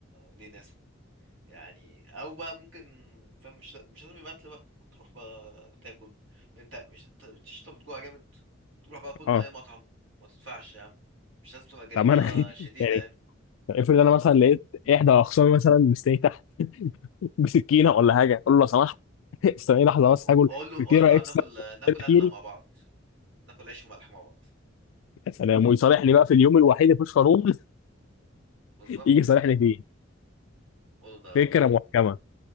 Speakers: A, on the right (about 75°); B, on the left (about 85°).
A: ليه ناس يعني أو بقى ممكن فاهم مش مش لازم يبقى قتل بقى ممكن تروح بقى تاكل انت مش انت مش انت بتجوع جامد تروح بقى كل
B: اه
A: من أي مطعم ما تدفعش يا عم مش لازم تبقى جريمة
B: طب ما انا <laughs>
A: شديدة
B: يعني
A: يعني
B: طب افرض انا مثلا لقيت احدى اخصامي مثلا مستني تحت <laughs> بسكينه ولا حاجه اقول له لو سمحت <laughs> استني لحظه بس
A: اقول
B: هاكل
A: له اقول
B: فطيره
A: له تعالى
B: اكسترا
A: ناكل ناكل
B: كده
A: اكله
B: كيري
A: مع بعض ناكل عيش وملح مع بعض
B: يا سلام ويصالحني بقى في اليوم الوحيد اللي مفيش قانون <laughs>
A: بالظبط
B: يجي يصالحني فيه
A: قول له ده
B: فكره محكمه